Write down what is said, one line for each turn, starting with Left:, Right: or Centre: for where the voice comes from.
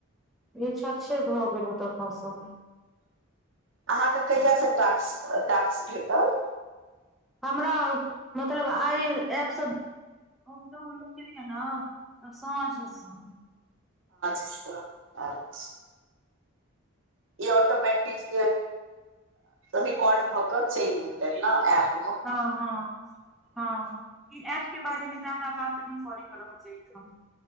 Centre: ई छछ भए गेल ओ तखन स <unintelligible>
Right: आहाँ के कहिया से टाक्स टास्क भेटल
Centre: हमरा मतलब आइ एपसब डाउनलोड केलियै ने त साॅंझ सॅं
Right: सा आच्छ ई ऑटोमैटिक्स रिकॉर्ड भ क चैल जेतै ने एप
Centre: हँ हँ हँ ई ऐप के बारे मे जादा बात नै करै के रहय छै ऐठाम